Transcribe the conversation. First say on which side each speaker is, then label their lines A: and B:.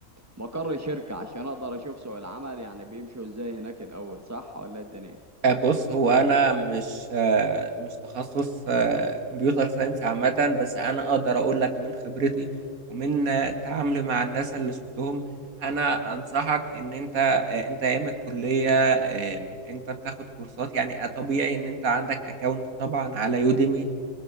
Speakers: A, on the right; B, on the right.
A: مقر الشركة عشان أقدر أشوف سوق العمل يعني بيمشوا إزاي هناك الأول صح ولا إيه الدنيا؟
B: آه، بص هو انا مش آه، مش تخصص آه، كمبيوتر ساينس عامه بس انا اقدر اقول لك من خبرتي ومن آه، تعاملي مع الناس اللي شفتهم انا انصحك ان انت آه، انت ايام الكليه آم، انت بتاخد كورسات يعني آه، طبيعي ان انت عندك اكونت طبعا على يوديمي